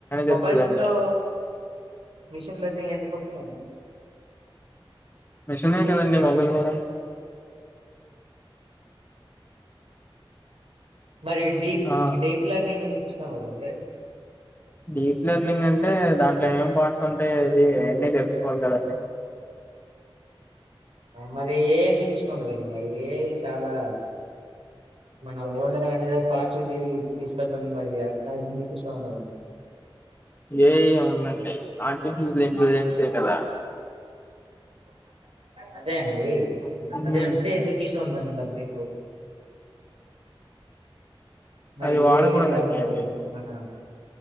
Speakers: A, on the right; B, on the left.
A: మొబైల్స్
B: తెలుస్తదండి
A: లో మిషన్ లెర్నింగ్ ఎందుకొస్తాయండి
B: మెషనే కదండి మొబైల్ గూడ
A: మరి డీప్
B: ఆ
A: డీప్ లెర్నింగ్ ఎందుకు ఇష్టం లేదండి
B: డీప్ లెర్నింగ్ అంటే దాంట్లో ఏమేం పాయింట్స్ ఉంటాయి ఇవి అన్నీ తెలుసుకోవాలి కదా అండి
A: ఆ మరి ఏ ఎందుకు ఇష్టం లేదండి మరి ఏ చాలా మన వరల్డ్‌ది అనేది ఫాస్ట్‌గా తిరిగి తీసుకెళ్తాం మరి ఇగ అది మీకు ఇష్టం ఉండదండి
B: ఏఐ ఉందండి ఆర్టిఫిషియల్ ఇంటెలిజెన్సే కదా
A: అదే అండి అది
B: మ్మ్
A: అంటే ఎందుకు ఇష్టం ఉండదండి మరి నీకు మరి
B: అది వాడకూడదండి
A: ఏఐ వల్లనే
B: అది
A: కదండి ఇప్పుడు మన